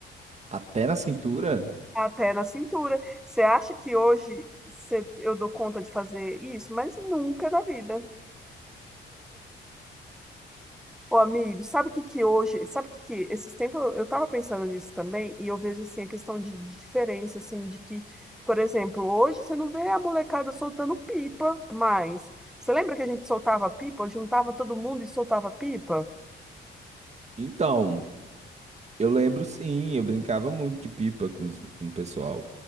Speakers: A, on the right; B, in the centre.
A: Até na cintura?
B: Até na cintura. Você acha que hoje cê- eu dou conta de fazer isso? Mas nunca na vida. Ô, amigo, sabe o que que hoje, sabe o que que, esses tempos eu, eu tava pensando nisso também, e eu vejo, assim, a questão de, de diferença, assim, de que, por exemplo, hoje você não vê a molecada soltando pipa mais. Você lembra que a gente soltava pipa, juntava todo mundo e soltava pipa?
A: Então. Eu lembro sim, eu brincava muito de pipa com, os- com o pessoal.